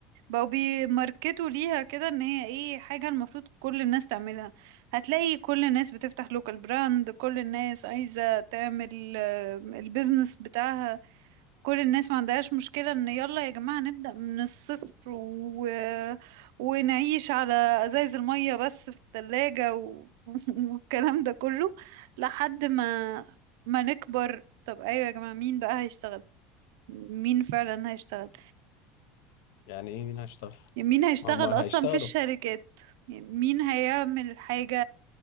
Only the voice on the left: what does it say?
يعني ايه مين هيشتغل
ما هم هيشتغلوا